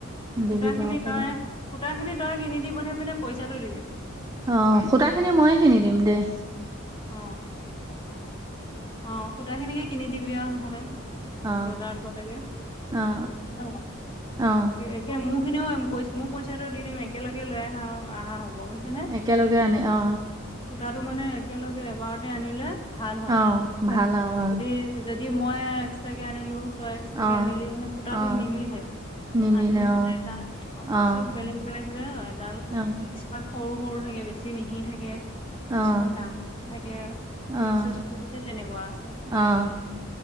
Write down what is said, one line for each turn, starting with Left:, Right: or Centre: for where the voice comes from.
Right: দিবি
Left: কুত
Right: বাৰু
Left: খিনি
Right: খবৰ
Left: তই কু সেই খিনি তই কিনি দি পঠে পিনে পইচাটো দিবি
Right: অ সূতা খিনি ময়ে কিনি দিম দেই
Left: অ অ সূতা খিনিকে কিনি দিবিিয় নহ'লে
Right: অ
Left: বজাৰত গলেগে
Right: অ
Left: ন
Right: অ
Left: একে মখ স খিনিও পই মই পইচাটো দিম একেলগে লৈ আহা অ অহা হ'ব বুজিছ নে
Right: একেলগে আনি অ
Left: সূতটো মানে একেলগে এবাৰতে আনিলে ভাল হয়
Right: অ
Left: গ
Right: ভাল আৰু অ
Left: যদি দি মই এক্সট্ৰ কেে আনিলো তই এক্স্ৰাকে
Right: অ
Left: আনিলি মানে ফুটাাতটো
Right: অ
Left: নিমিতেে
Right: নিমিলে
Left: আনমিল
Right: অ
Left: ত
Right: অ',
Left: চব বেলেগ বেলেগ উ
Right: অ',
Left: কিছুমান সৰু সৰু থাকে বেছি মিহি থাকে
Right: অ',
Left: কিছুমান দামনেকে
Right: অ',
Left: মাছে সতে তেনেকুৱা আছে
Right: অ',